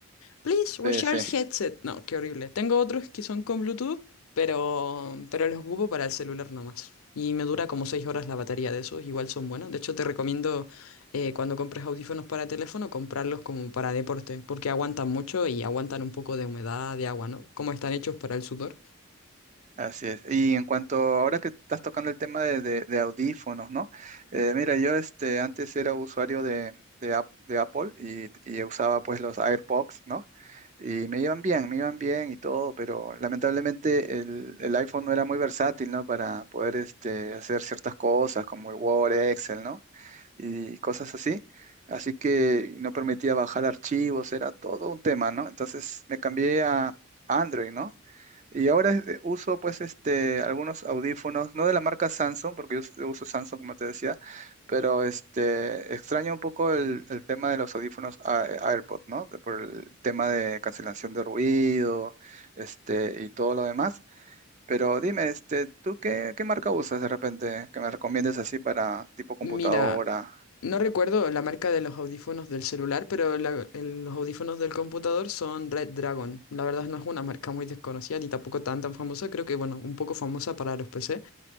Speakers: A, on the left (about 80°); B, on the right (about 35°).
A: Please recharge
B: Sí, sí.
A: headset. No, qué horrible. Tengo otros que son con Bluetooth, pero, pero los ocupo para el celular nomás. Y me dura como 6 horas la batería de esos. Igual son buenos. De hecho, te recomiendo eh, cuando compres audífonos para teléfono, comprarlos como para deporte, porque aguantan mucho y aguantan un poco de humedad, de agua, ¿no? Como están hechos para el sudor.
B: Así es. Y en cuanto ahora que estás tocando el tema de, de- de audífonos, ¿no? Eh, mira, yo este, antes era usuario de, de, Ap- de Apple y, y usaba pues los AirPods, ¿no? Y me iban bien, me iban bien y todo, pero lamentablemente el, el iPhone no era muy versátil, ¿no? Para poder este, hacer ciertas cosas como el Word, Excel, ¿no? Y cosas así. Así que no permitía bajar archivos, era todo un tema, ¿no? Entonces me cambié a Android, ¿no? Y ahora eh, uso pues este algunos audífonos, no de la marca Samsung, porque yo us- yo uso Samsung como te decía, pero este extraño un poco el, el tema de los audífonos A- AirPods, ¿no? De- Por el tema de cancelación de ruido, este, y todo lo demás. Pero dime, este, ¿tú qué, qué marca usas de repente que me recomiendes así para tipo computadora?
A: Mira, No recuerdo la marca de los audífonos del celular, pero la- el- los audífonos del computador son Red Dragon. La verdad no es una marca muy desconocida ni tampoco tan tan famosa, creo que bueno, un poco famosa para los PC.